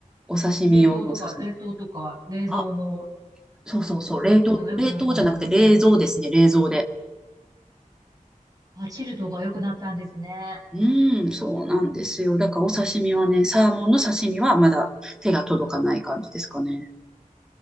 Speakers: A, in the centre; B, on the right.
A: お刺身用の刺身。
B: 冷凍とか、冷凍とか、冷蔵の
A: あ、そうそうそう、冷凍、
B: 技術が良くなったんですかね。
A: 冷凍じゃなくて冷蔵ですね、冷蔵で。
B: あ、チルドが良くなったんですね。
A: うん、そうなんですよ。だからお刺身はね、サーモンの刺身はまだ手が届かない感じですかね。